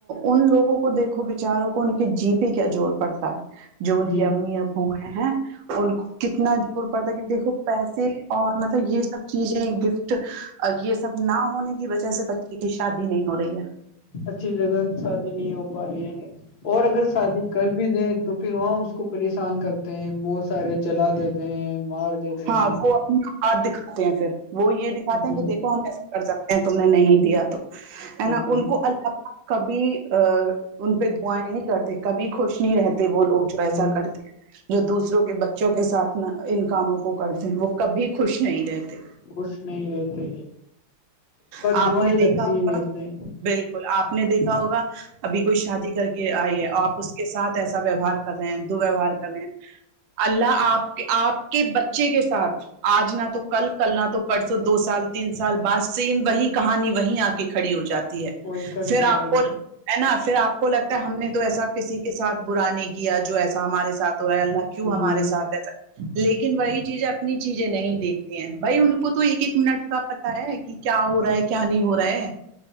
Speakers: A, on the right; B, on the left.
A: ان لوگوں کو دیکھو بچاروں کو ان کے جی پ کیا زور پڑتا ہے جو ان
B: جی
A: کی امی ابو ہیں ان کو کتنا پڑتا کہ دیکھو پیسے اور مطلب یہ سب چیزیں گفٹ یہ سب سب نہ ہونے کی وجہ سے بچے کی شادی نہیں ہو رہی ہے
B: اچھی جگہ شادی نہیں ہو پا رہی ہے اور اگر شادی کر بھی دیں تو پھر وہاں اس کو پریشان کرتے ہیں بہت سارے جلا دیتے ہیں مار دیتے
A: ہاں
B: ہیں
A: وہ اپنی اقات دکھاتے ہیں پھر وہ یہ دکھاتے
B: جی
A: ہیں کہ دیکھو ہم ایسے کر سکتے ہیں تم نے نہیں دیا تو ہے
B: جی
A: نا ان کو اللہ کبھی ان پہ دعائیں نہیں کرتے کبھی خوش نہیں رہتے وہ لوگ ایسا
B: جی
A: کرتے ہیں جو دوسروں کے بچوں کے ساتھ اپنا ان کاموں کو کرتے ہیں وہ کبھی خوش نہیں رہتے
B: خوش نہیں رہتے
A: آپ
B: دع
A: نے
B: ہی
A: دیکھا
B: لگتی
A: ہوگا
B: ہے ایسے
A: بالکل آپ نے دیکھا ہوگا ابھی کوئی شادی کر کے آئی ہے آپ اس کے ساتھ ایسا ویوہار کر رہے ہیں دو ویوہار کر رہے ہیں اللہ آپ آپ کے بچے کے ساتھ آج نہ تو کل کل نہ تو پرسوں دو سال تین سال بعد سیم وہی کہانی وہیں آ کے کھڑی ہو جاتی ہے
B: وہی کھڑی
A: پھر
B: ہو
A: آپ
B: جائے
A: کو
B: گی
A: ہے نا پھر آپ کو لگتا ہے ہم نے تو ایسا کسی کے ساتھ برا نہیں کیا جو ایسا ہمارے ساتھ ہو رہا ہے اللہ کیوں ہمارے
B: جی
A: سھ ایس لیکن وہی چیزیں اپنی چیزیں نہیں دیکھتی ہیں بھائی ان کو تو ایک ایک منٹ کا ہے کہ کیا ہو رہا ہے کیا نہیں ہو رہا ہے